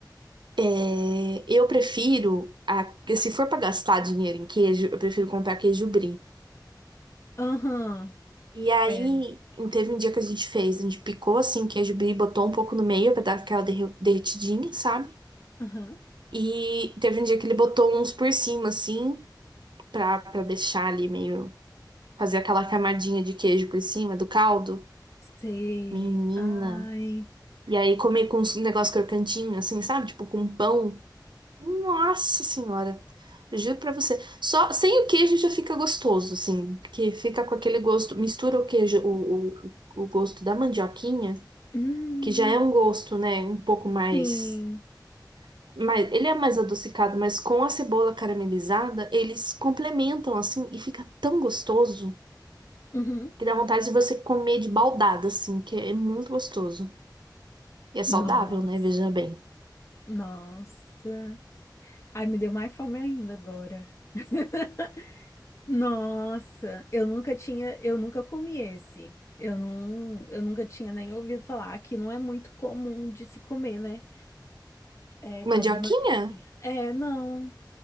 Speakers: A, on the right (about 75°); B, on the left (about 40°).
A: É, eu prefiro, a- se for para gastar dinheiro em queijo, eu prefiro comprar queijo brie.
B: Aham.
A: E aí,
B: É.
A: teve um dia que a gente fez, a gente picou assim queijo brie, botou um pouco no meio para dar aquela derre- derretidinha, sabe?
B: Aham.
A: E teve um dia que ele botou uns por cima, assim, pra, pra deixar ali meio, fazer aquela camadinha de queijo por cima do caldo.
B: Sei.
A: Menina.
B: Ai.
A: E aí comer com um negócio crocantinho, assim, sabe? Tipo com pão. Nossa senhora. Eu juro pra você. Só sem o queijo já fica gostoso, assim. Porque fica com aquele gosto. Mistura o queijo, o, o, o gosto da mandioquinha,
B: Hum,
A: que já é um gosto, né? Um pouco mais.
B: sim.
A: Mas ele é mais adocicado, mas com a cebola caramelizada, eles complementam assim e fica tão gostoso
B: Uhum.
A: que dá vontade de você comer de baldada, assim, que é muito gostoso. E é saudável,
B: Nossa.
A: né? Veja bem.
B: Nossa. Ai, me deu mais fome ainda agora. <laughs> Nossa, eu nunca tinha, eu nunca comi esse. Eu não, eu nunca tinha nem ouvido falar. Aqui não é muito comum de se comer, né? É caldo
A: Mandioquinha?
B: de mandioquinha. É, não.